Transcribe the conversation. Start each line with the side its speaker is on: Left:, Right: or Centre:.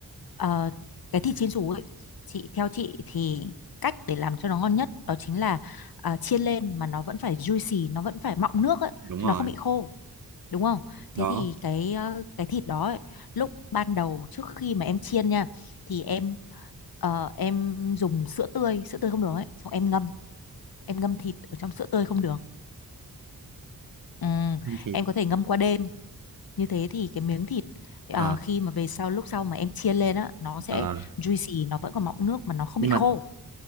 Left: Ờ, cái thịt chiên xù ấy chị theo chị thì cách để làm cho nó ngon nhất đó chính là à, chiên lên mà nó vẫn phải juicy nó vẫn phải mọng nước ấy
Right: Đúng
Left: chứ
Right: rồi.
Left: nó không bị khô đúng không thế
Right: Đó.
Left: thì cái ờ, cái thịt đó ấy, lúc ban đầu trước khi mà em chiên nha thì em ờ, em dùng sữa tươi sữa tươi không đường ấy xong em ngâm em ngâm thịt ở trong sữa tươi không được ừ,
Right: Thịt.
Left: em có thể ngâm qua đêm như thế thì cái miếng thịt ờ,
Right: Ờ.
Left: khi mà về sau lúc sau mà em chiên lên á nó sẽ
Right: Ờ,
Left: juicy nó vẫn còn mọng nước mà nó không
Right: nhưng
Left: bị khô
Right: mà